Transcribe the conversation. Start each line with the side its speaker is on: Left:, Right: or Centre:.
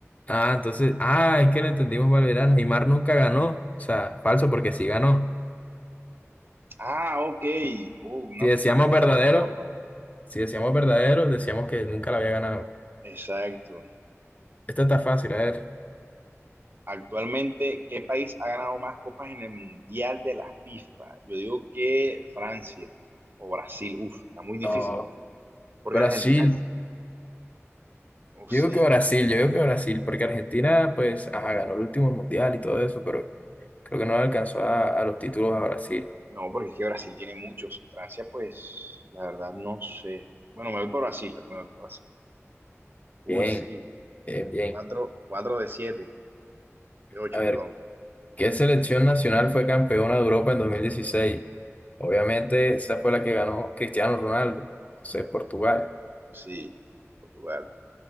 Left: Ah, entonces, ah, es que lo entendimos mal, verá, Neymar nunca ganó. O sea, falso, porque sí ganó.
Right: Ah, ok. Uh, una,
Left: Si decíamos
Right: una pregunta
Left: verdadero,
Right: con trampa.
Left: si decíamos verdadero, decíamos que nunca la había ganado.
Right: Exacto.
Left: Esta está fácil, a ver.
Right: Actualmente, ¿qué país ha ganado más copas en el Mundial de la FIFA? Yo digo que Francia o Brasil. Uf, está muy difícil.
Left: Ah,
Right: Porque
Left: Brasil.
Right: Argentina, uf,
Left: Yo
Right: sí,
Left: digo que Brasil, yo digo que Brasil, porque Argentina, pues, ajá, ganó el último mundial y todo eso, pero creo que no le alcanzó a, a los títulos a Brasil.
Right: no, porque es que Brasil tiene muchos. Francia, pues, la verdad, no sé. Bueno, me voy por Brasil, me voy por Brasil. Uy,
Left: Bien,
Right: sí.
Left: bien, bien.
Right: Cuatro, cuatro de siete, de ocho,
Left: A ver.
Right: perdón.
Left: ¿Qué selección nacional fue campeona de Europa en 2016? Obviamente, esa fue la que ganó Cristiano Ronaldo. Entonces, Portugal.
Right: Sí, Portugal.